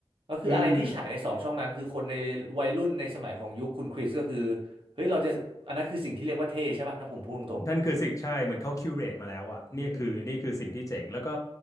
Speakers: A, on the right; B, on the left.
A: ก็คืออะไรที่ฉายในสองช่องนั้นคือคนในวัยรุ่นในสมัยของยุคคุณคริสก็คือ
B: อืม
A: เฮ้ยเราจะอันนั้นคือสิ่งที่เรียกว่าเท่ใช่ป่ะถ้าผมพูดตรง
B: นั่นคือสิ่งใช่เหมือนเขาคิวเรตมาแล้วอะเนี่ยคือนี่คือสิ่งที่เจ๋งแล้วก็
A: ๆอืม